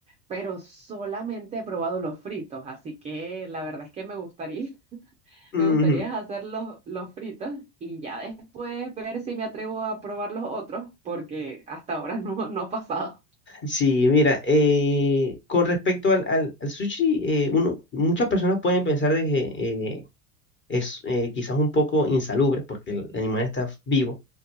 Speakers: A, on the right; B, on the left.
A: pero solamente he probado los fritos, así que la verdad es que me gustaría, <laughs>
B: Ujú.
A: me gustaría hacer los, los fritos y ya después ver si me atrevo a probar los otros porque hasta ahora <laughs> no, no ha pasado.
B: Sí, mira, eh, con respecto al, al, al sushi, eh, uno, muchas personas pueden pensar de que eh, es eh, quizás un poco insalubre porque el animal está vivo,